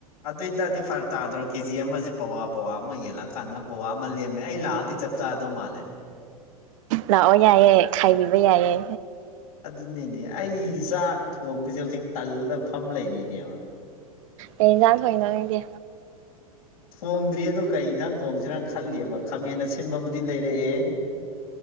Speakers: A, on the left; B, on the right.
A: ꯑꯗꯨ ꯑꯣꯏꯇꯥꯔꯗꯤ ꯐꯔꯛ ꯇꯥꯗ꯭ꯔꯣ ꯀꯦꯖꯤ ꯑꯃꯖꯦ ꯄꯋꯥ ꯄꯋꯥ ꯑꯃ ꯌꯦꯜꯂꯛꯑꯀꯥꯟꯗ ꯄꯋꯥ ꯑꯃ ꯂꯦꯝꯃꯦ ꯑꯩ ꯂꯥꯛꯑꯗꯤ ꯆꯞ ꯆꯥꯗꯧ ꯃꯥꯜꯂꯦ
B: ꯂꯥꯛꯑꯣ ꯌꯥꯏꯌꯦ ꯈꯥꯏꯕꯤꯕ ꯌꯥꯏꯌꯦ
A: ꯎꯅꯤꯅꯦ ꯑꯩ ꯆꯥꯛ ꯊꯣꯡꯕꯖꯦ ꯍꯧꯖꯤꯛ ꯇꯜꯂ ꯐꯝ ꯂꯩꯔꯤꯅꯦꯕ
B: ꯀꯩ ꯏꯟꯖꯥꯡ ꯊꯣꯡꯉꯤꯅꯣ ꯅꯪꯗꯤ
A: ꯊꯣꯡꯗ꯭ꯔꯤ ꯑꯗꯣ ꯀꯔꯤ ꯏꯟꯥꯡ ꯊꯣꯡꯖꯤꯔꯥꯅ ꯈꯜꯂꯤꯕ ꯈꯥꯃꯦꯟ ꯑꯁꯤꯟꯕꯕꯨꯗꯤ ꯂꯩꯔꯛꯑꯦ